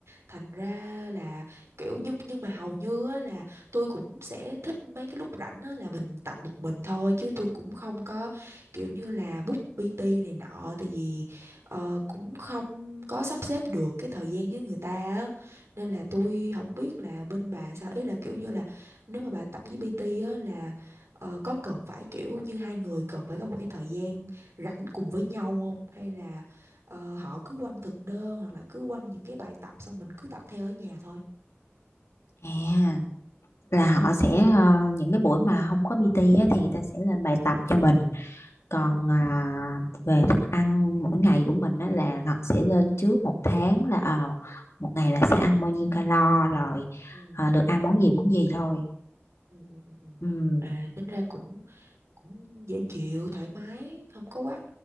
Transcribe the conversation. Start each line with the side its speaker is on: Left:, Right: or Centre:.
Right: thành ra là kiểu nhưng nhưng mà hầu như á, là tôi cũng sẽ thích mấy cái lúc rảnh á, là mình tập một mình thôi chứ tôi cũng không có kiểu như là book PT này nọ tại vì ờ, cũng không có sắp xếp được cái thời gian với người ta á nên là tôi không biết là bên bà sao ý là kiểu như là nếu mà bà tập với PT á là ờ, có cần phải kiểu như hai người cần phải có một cái thời gian rảnh cùng với nhau không hay là ờ, họ cứ quăng thực đơn hoặc là cứ quăng những cái bài tập xong mình cứ tập theo ở nhà thôi
Left: à là họ sẽ ờ, những cái buổi mà không có PT á, thì người ta sẽ lên bài tập cho mình còn
Right: ừ
Left: à, về thức ăn mỗi ngày của mình á, là họ sẽ lên trước một tháng là ờ một ngày là sẽ ăn bao nhiêu calo rồi
Right: ừ
Left: ờ, được ăn món gì món gì thôi
Right: ừ ừ ừ ừ.
Left: Ừm,
Right: à tính ra cũng cũng dễ chịu thoải mái không có quắc